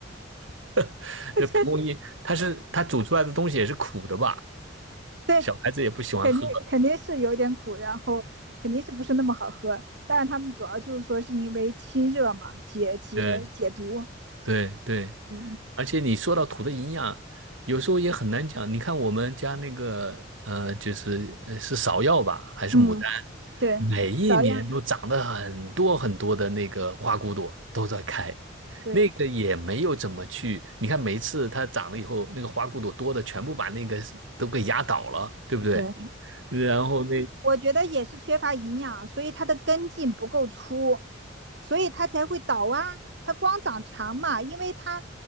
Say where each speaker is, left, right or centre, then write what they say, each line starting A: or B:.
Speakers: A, on the right; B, on the right.
A: <laughs>
B: <laughs>
A: 那蒲公英它是它煮出来的东西也是苦的吧？
B: 对，
A: 小孩子也不喜欢喝。
B: 肯定肯定是有点苦，然后肯定是不是那么好喝。但是他们主要就是说是因为清热嘛，解解解毒。
A: 对对对，
B: 嗯
A: 而且你说到土的营养，有时候也很难讲。你看我们家那个呃，就是呃是芍药吧，还是牡丹，
B: 嗯，对，
A: 每一年都长得很多很多的那个花骨朵都在开，
B: 芍药，对
A: 那个也没有怎么去。你看每一次它长了以后，那个花骨朵多的全部把那个都给压倒了，对不对？
B: 对。
A: 然后那
B: 我觉得也是缺乏营养，所以它的根茎不够粗，所以它才会倒啊。它光长长嘛，因为它